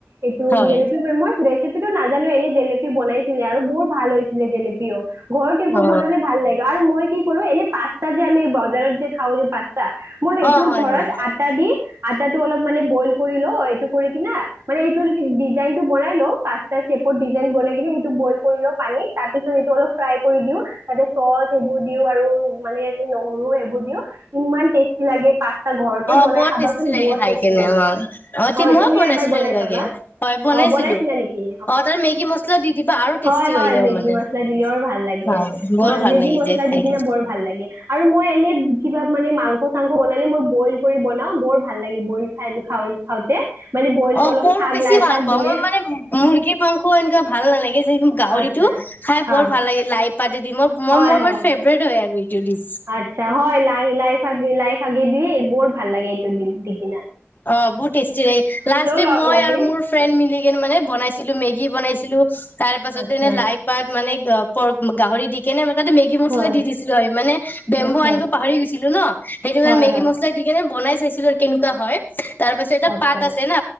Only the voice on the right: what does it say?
এইটো
জেলেপি মই ৰেচিপিটো নাজানো এনে। জেলেপি বনাইছিলে আৰু বৰ ভাল হৈছিলে জেলেপিও। ঘৰতে এইবোৰ
বনালে লে ভাল লাগে আৰু মই কি। এনে! পাস্তা যেমি বজাৰত যে খওঁ যে পা। মই সেইটো
ঘৰত
আটা দি। আটাটো অলপ মানে বইল কৰি ল এইটো কৰি কিনা মানে এইটো ডিজাইনটো বনাই ল পাচটা চেপত ডিজাইন বনাই কি সেইটো বইল কৰি ল পানীত তাৰপিছত সটো অল ফ্ৰাই কৰি দি তাতে চচ সবোৰ দি আৰু। মানে নহৰু সেইবোৰ দিও ইমান টেষ্টি লাগে। পাস্তা ঘৰতে
বনাই
খাবাচোন
বহুত
টেষ্টি
লাগে
হয়
তুমিও
এবাৰ বনাই
চাবা
অ বনাইছিলা নেকি
হয় হয়
মেগী
মছলা দিলেও ভাল লাগে
মেগী
মছলা
দি কিনে
বৰ ভাল আৰু মই এনে কিবা মানে মাংস। মাংস বনালে মই বইল কৰি বনাও। বৰ ভাল লাগে বইল খাই খাওঁতে। মানে বইলটো
অলপ
শাক
লাই
শাক
দিলে
আচ্ছা
হয়
হয়
হয়
আচ্ছা হয়। লাই লাইপাত লাইশাকে দি বৰ ভাল লাগে এইটো দি দিকি ন
ল-
লাগে
আচ্ছা
হয়
আচ্ছা
হয়
হয়
আচ্ছা